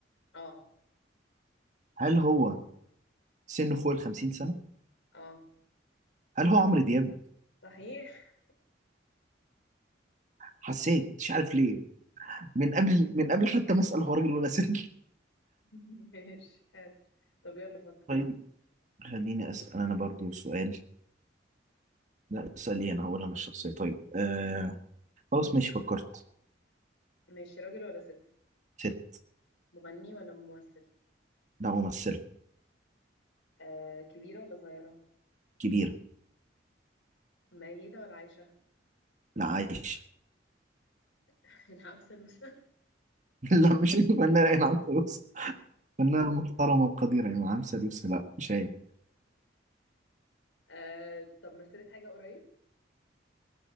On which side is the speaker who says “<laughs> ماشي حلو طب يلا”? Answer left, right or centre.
Left